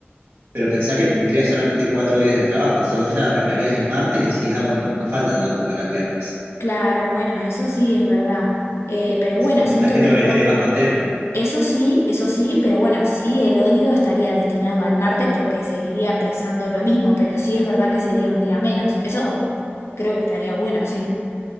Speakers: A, on the right; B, on the left.
A: Pero pensá que tendría solamente cuatro días de trabajo. O sea, vos ya arrancarías el martes y decís, ah, bueno, pero nos falta tanto para el viernes.
B: Claro, bueno, eso sí es verdad. Eh, pero
A: Es
B: bueno,
A: como-
B: siento
A: la gente
B: que
A: por
B: lo...
A: ahí estaría más contenta.
B: Eso sí, eso sí, pero bueno, sí, el odio estaría destinado al martes porque seguiría pesando lo mismo, pero sí es verdad que sería un día menos. Eso creo que estaría bueno, sí.